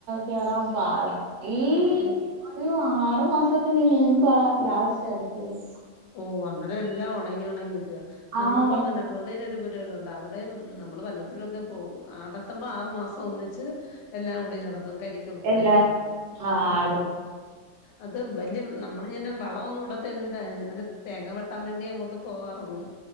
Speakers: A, on the right (about 70°); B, on the left (about 80°).
A: കേറാൻ പാട ഈ
B: ആഹ്
A: ഒരു ആറു മാസത്തിന് മുമ്പാ ലാസ്റ്റ് അടച്ചത്
B: ഓ അന്നേരം എല്ലാം ഉണങ്ങി ഉണങ്ങിയിരിക്കുവ
A: ആഹ്
B: നമുക്കും അങ്ങനെ വെള്ള രുണ്ട് അവിടെയും ഉം നമ്മൾവല്ലപ്പോഴൊക്കെ പോം <unintelligible> ആറു മാസം ഒന്നിച്ച് എല്ലാം കൂടി നടത്തും കരിക്ക് ഉൾപ്പെടെ
A: എല്ലാം
B: നടത്തും
A: ആഹ്
B: ആ
A: അടു
B: അത് വലിയ നമ്മള ഇങ്ങനെ വളൊന്നും ഇടത്തൊന്നില്ല തേങ്ങ വെട്ടാൻ വേണ്ടി അങ്ങോട്ട് പോവാറുള്ളു